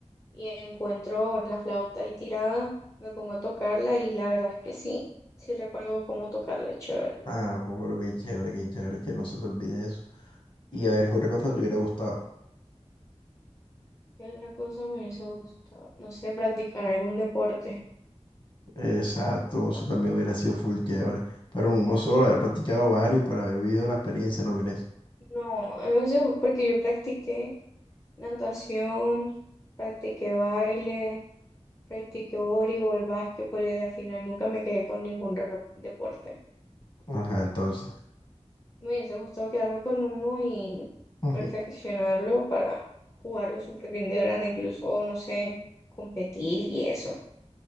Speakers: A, on the left (about 25°); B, on the left (about 45°).
A: y encuentro la flauta ahí tirada, me pongo a tocarla y la verdad es que sí, sí recuerdo cómo tocarla, es chévere.
B: Ah, jo, pero qué chévere, qué chévere, que no se te olvide eso. Y a ver qué otra cosa te hubiera gustado.
A: ¿Qué otra cosa me hubiese gustado? No sé, practicar algún deporte.
B: Exacto, eso
A: O-
B: también hubiera sido full chévere. Pero uno solo, haber practicado varios para haber vivido la experiencia, ¿no crees?
A: No, a mí me hubiese gustado porque yo practiqué. natación, practiqué baile, practiqué voleibol, básquetbol y a la final nunca me quedé con ningún re- deporte.
B: Ajá, entonces.
A: Me hubiese gustado quedarme con uno y
B: <laughs> Ujú.
A: perfeccionarlo para jugarlo súper bien de grande, incluso, no sé, competir y eso.